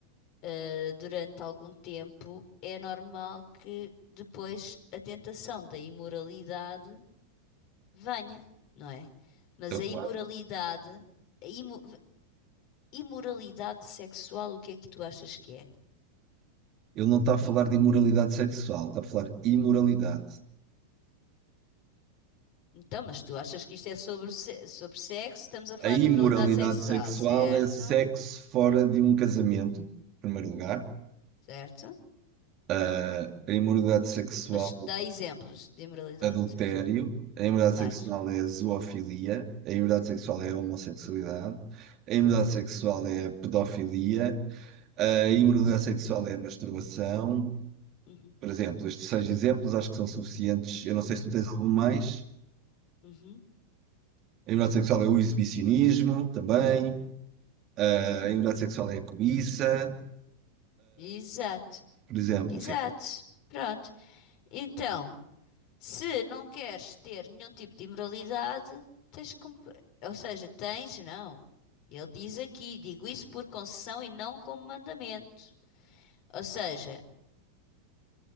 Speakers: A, on the left; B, on the right.
A: eh, durante algum tempo, é normal que depois a tentação da imoralidade venha, não é? Mas
B: Então,
A: a
B: claro,
A: imoralidade, a imo- imoralidade sexual, o que é que tu achas que é?
B: ele não está a falar de imoralidade sexual, está a falar de imoralidade.
A: Então, mas tu achas que isto é sobre, se- sobre sexo? Estamos a falar
B: A
A: de imoralidade
B: imoralidade
A: sexual,
B: sexual
A: certo?
B: é sexo fora de um casamento, em primeiro lugar.
A: Certo?
B: Ah, a imoralidade sexual,
A: Mas dá exemplos de imoralidade
B: adultério.
A: sexual.
B: A imoralidade
A: Mais.
B: sexual é a zoofilia. A imoralidade sexual é a homossexualidade. A imoralidade sexual é a pedofilia. A imoralidade sexual é a masturbação.
A: Uhum.
B: Por exemplo, estes seis exemplos acho que são suficientes. Eu não sei se tu tens algum mais.
A: Uhum.
B: A imoralidade sexual é o exibicionismo também. A imoralidade sexual é a cobiça,
A: Exato.
B: por exemplo,
A: Exato.
B: sim.
A: Pronto. Então, se não queres ter nenhum tipo de imoralidade, tens como. Ou seja, tens, não. Ele diz aqui, digo isso por concessão e não como mandamento. Ou seja,